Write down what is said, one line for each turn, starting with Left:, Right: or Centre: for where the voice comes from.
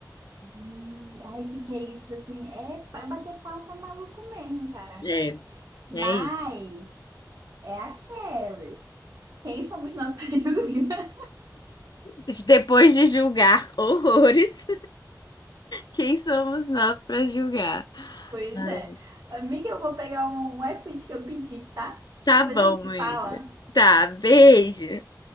Right: E- ai, que que é isso? Tipo Assim, é pra bater palma pra maluco mesmo, cara.
Left: É,
Right: Mas
Left: é
Right: é aquelas. Quem somos nós para <laughs> julgar?
Left: isso. Depois de julgar horrores. Quem somos nós para julgar?
Right: Pois
Left: Ai,
Right: é. Amiga, eu vou pegar um, um iFood que eu pedi, tá?
Left: Tá
Right: Depois
Left: bom,
Right: a gente se
Left: amiga.
Right: fala.
Left: Tá, beijo.